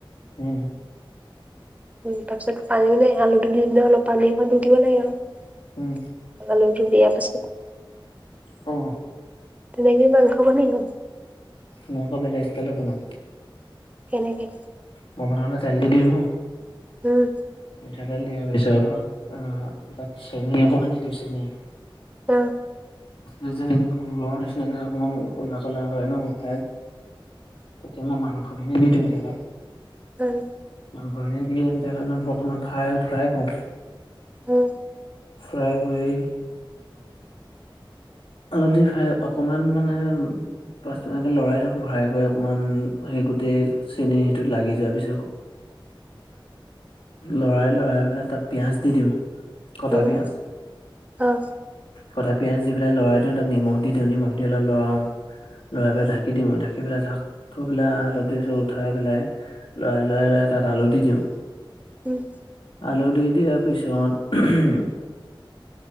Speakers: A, on the left; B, on the right.
A: উম।
B: উম, তাৰ পিছত পানী মানে আলুটো দি দিলে অলপ পানী একণ দি দিব লাগে আৰু।
A: উম
B: আলুটো দিয়া পিছত
A: অ।
B: তেনেকে মাংস বনাই নি
A: মই আকৌ বেলেগ ষ্টাইলত বনাও।
B: কেনেকে?
A: বনাও তে তেল নিদিয়ে ন।
B: উম।
A: মিঠাতেল দিয়াৰ পিছত, অ তাত চেনী অকনমান দি দিওঁ চেনী
B: অহ।
A: গৰ নিচিনাকে অকমান ক'লা ক'লা হয় ন <unintelligible> তেতিয়া মাই মাংসখিনি দি দিওঁ তেলত।
B: উম।
A: মাংসখিনি দি কিনে তেলত অকণমান ফ্রাই ফ্ৰাই কৰোঁ।
B: উম।
A: ফ্ৰাই কৰি অলপ দেৰি ফ্ৰাই অকমান মানে পাছ এনেকে লৰাই থাকো, ফ্ৰাই কৰি অকমান হে গোটেই চেনীৰ সেইটো লাগি যোৱাৰ পিছত লৰাই লৰাই পেলাই তাত পিয়াজ দি দিওঁ। কটা
B: উম
A: পিয়াজ
B: অ।
A: কটা পিঁয়াজ দি পেলাই লৰাই দিওঁ তাত নিমখ দি দিওঁ নিমখ দি অলপ লৰাওঁ, লৰাই পেলাই ঢাকি দিওঁ। ঢা ৰাখি পেলাই চাক থবেলাই অলপ দিছোঁ উঠাই পেলাই, লৰাই লৰাই লৰাই তাত আলু দি দিওঁ
B: উম।
A: আলু দি দিয়াৰ পিছত উহুম